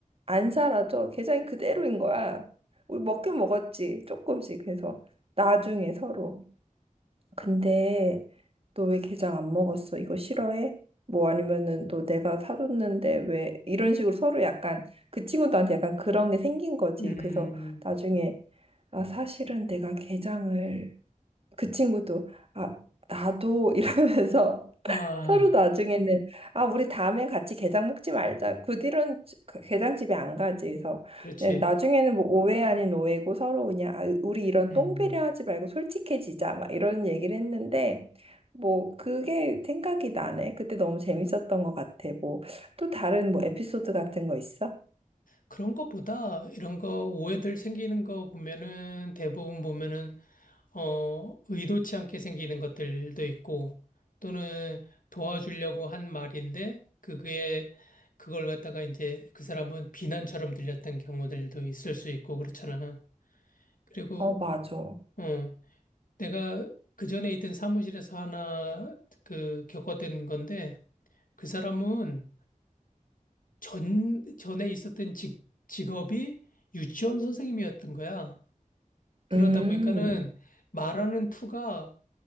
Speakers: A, on the right (about 45°); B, on the left (about 75°).
A: 안 사라져. 게장이 그대로인 거야. 우리 먹긴 먹었지. 조금씩. 그래서 나중에 서로. 근데 너 왜 게장 안 먹었어? 이거 싫어해? 뭐 아니면은 너 내가 사줬는데 왜 이런 식으로 서로 약간 그 친구들한테 약간 그런 게 생긴 거지.
B: 음,
A: 그래서 나중에 아 사실은 내가 게장을 그 친구도 아 나도 <laughs> 이러면서
B: 아,
A: 서로 나중에는 아 우리 다음엔 같이 게장 먹지 말자. 그 뒤로는 지- 그 게장집에 안 가지. 그래서
B: 그렇지.
A: 그냥 나중에는 뭐 오해 아닌 오해고 서로 그냥 아, 우리 이런
B: 음,
A: 똥배려 하지 말고 솔직해지자 막 이런 얘기를 했는데 뭐 그게 생각이 나네. 그때 너무 재밌었던 것 같아. 뭐 또 다른 뭐 에피소드 같은 거 있어?
B: 그런 거보다 이런 거 오해들 생기는 거 보면은 대부분 보면은 어, 의도치 않게 생기는 것들도 있고, 또는 도와주려고 한 말인데, 그게, 그걸 갖다가 이제 그 사람은 비난처럼 들렸던 경우들도 있을 수 있고, 그렇잖아. 그리고,
A: 어 맞아.
B: 어, 내가 그 전에 있던 사무실에서 하나, 그, 겪었던 건데, 그 사람은 전, 전에 있었던 직, 직업이 유치원 선생님이었던 거야. 그러다
A: 음.
B: 보니까는 말하는 투가